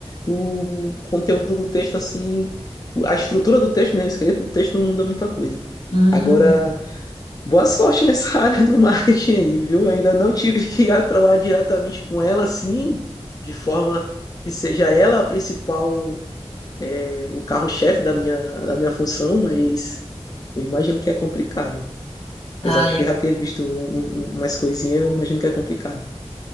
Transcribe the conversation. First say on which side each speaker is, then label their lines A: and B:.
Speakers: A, on the left (about 35°); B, on the left (about 70°).
A: o conteúdo do texto assim, a estrutura do texto, né, o esqueleto do texto não muda muita coisa.
B: Uhum.
A: Agora Boa sorte nessa <laughs> área do marketing aí, viu? Eu ainda não tive que atuar diretamente com ela, assim, de forma que seja ela a principal, eh, o carro-chefe da minha, da minha função, mas eu imagino que é complicado. Apesar
B: Ai,
A: de que
B: é
A: eu já ter visto um- um- um, umas coisinhas, eu imagino que é complicado.